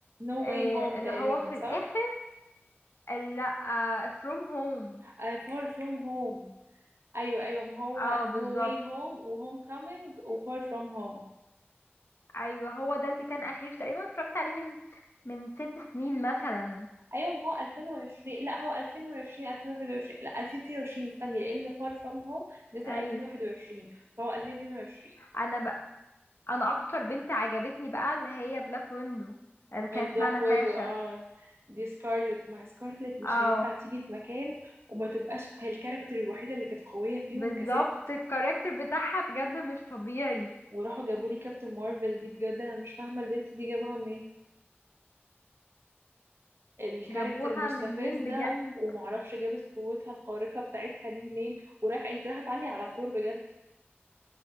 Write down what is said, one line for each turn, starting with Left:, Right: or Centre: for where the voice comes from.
Right: نو
Left: آه
Right: واي هوم
Left: اللي
Right: تقريبا
Left: هو في
Right: صح
Left: الاخر ال- لا فروم هوم
Right: آه، far from home ايوه ايوه ما هو
Left: اه بالظبط
Right: No Way Home و Homecoming و Far From Home
Left: ايوه هو ده اللي كان اخير تقريبا اتفرجت عليه من من ست سنين مثلا
Right: ايوه ما هو 2020 لا هو 2020 2021 لا 2022 استني لان Far From Home نزل
Left: ايوه
Right: 2021 فهو 2022
Left: انا بقى انا اكتر بنت عجبتني بقى اللي هي بلاك ويندو اللي كان
Right: البلاك
Left: اسمها ناتاشا
Right: ويدو اه دي سكارلت مع سكارلت مش
Left: اه
Right: هينفع تيجي في مكان وما تبقاش هي الكاركتر الوحيدة اللي كانت قوية فيهم
Left: بالظبط
Right: كست
Left: الكاركتر بتاعها بجد مش طبيعي
Right: وراحوا جابوا لي كابتن مارفل دي بجد انا مش فاهمة البنت دي جابوها منين الكاركتر
Left: جابوها
Right: مستفزة
Left: منين بجد
Right: ومعرفش جابت قوتها الخارقة بتاعتها دي منين وراح انت راح تعلي على ثور بجد